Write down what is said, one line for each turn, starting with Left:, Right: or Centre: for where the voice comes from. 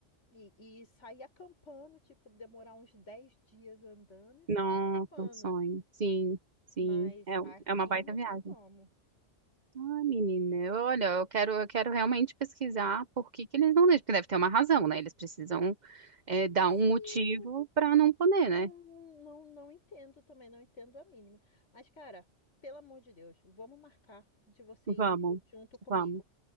Left: E, e sair acampando, tipo, demorar uns 10 dias andando e sair
Right: Nossa,
Left: acampando.
Right: um sonho. Sim, sim.
Left: Mas
Right: É,
Left: aqui
Right: um- é uma baita
Left: não
Right: viagem.
Left: tem como.
Right: Ah, menina, eu- olha, eu quero, eu quero realmente pesquisar por que que eles não deixam, porque deve ter uma razão, né? Eles precisam, eh, dar
Left: Sim,
Right: um motivo pra não poder, né?
Left: não, não, não entendo também, não entendo a mínima. Mas, cara, pelo amor de Deus, vamos marcar de você
Right: Vamos,
Left: ir junto comigo.
Right: vamos,